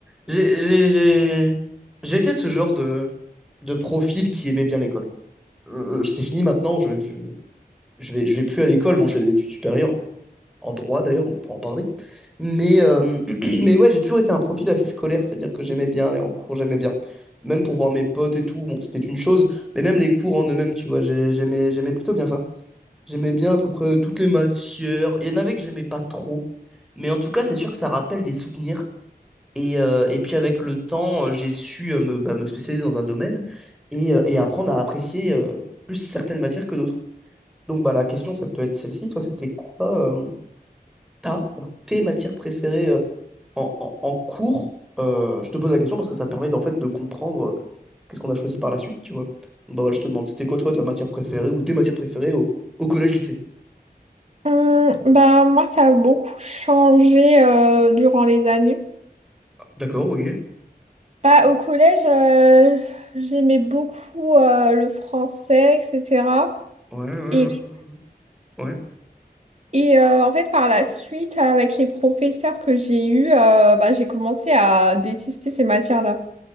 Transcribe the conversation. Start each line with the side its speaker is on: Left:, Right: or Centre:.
Centre: J'ai j'ai- j'ai- j'étais ce genre de, de profil qui aimait bien l'école. Euh, c'est fini maintenant, je, je, je vais, je vais plus à l'école. Bon, je fais des études supérieures, en, en droit d'ailleurs, donc on pourra en parler. Mais, euh, <clears throat> mais ouais, j'ai toujours été un profil assez scolaire, c'est-à-dire que j'aimais bien aller en cours, j'aimais bien. Même pour voir mes potes et tout, bon, c'était une chose, mais même les cours en eux-mêmes, tu vois, j'ai- j'aimais, j'aimais plutôt bien ça. J'aimais bien à peu près toutes les matières. Il y en avait que j'aimais pas trop. Mais en tout cas, c'est sûr que ça rappelle des souvenirs et, euh, et puis avec le temps, euh, j'ai su euh, me, bah, me spécialiser dans un domaine et, euh, et apprendre à apprécier euh, plus certaines matières que d'autres. Donc bah, la question, ça peut être celle-ci. Toi, c'était quoi euh, ta ou tes matières préférées euh, en, en- en cours? Euh, je te pose la question parce que ça permet d'en fait de comprendre euh, qu'est-ce qu'on a choisi par la suite, tu vois. Donc, bah, voilà, je te demande, c'était quoi toi ta matière préférée ou tes matières préférées au, au collège-lycée?
Right: Hum, bah, moi, ça a beaucoup changé euh, durant les années.
Centre: D'accord, ok. Ouais,
Right: Bah, au collège, euh, j'aimais beaucoup euh, le français, etc.
Centre: ouais, ouais.
Right: Et,
Centre: ouais. ouais.
Right: et euh, en fait, par la suite, avec les professeurs que j'ai eus, euh, bah, j'ai commencé à détester ces matières-là.